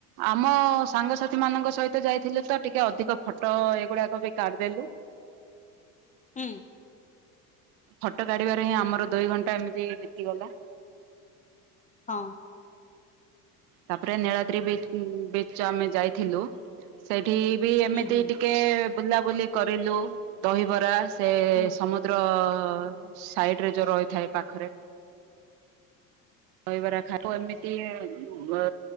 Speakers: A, on the right; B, on the left.
A: ଆମ ସାଙ୍ଗସାଥି ମାନଙ୍କ ସହିତ ଯାଇଥିଲୁ ତ ଟିକେ ଅଧିକ ଫଟୋ ଏଇଗୁଡାକ ବି କାଢିଦେଲୁ।
B: ହୁଁ।
A: ଫଟୋ କାଢିବାରେ ହିଁ ଆମର ଦୁଇଘଣ୍ଟା ଏମିତି ବିତିଗଲା।
B: ହଁ।
A: ତାପରେ ନୀଳାଦ୍ରି ବିଚ ଉଁ ବିଚ ଯୋଉ ଆମେ ଯାଇଥିଲୁ ସେଠି ବି ଏମିତି
B: ହୁଁ ହୁଁ
A: ଟି କେ ବୁଲାବୁଲି କରିଲୁ ଦହିବରା ସେ
B: ହୁଁ
A: ସମୁ ଦ୍ର ସାଇଡରେ ଯୋଉ ରହିଥାଏ ପାଖରେ। ଦହିବରା ଖା ଓ ଏମିତି ଉମ୍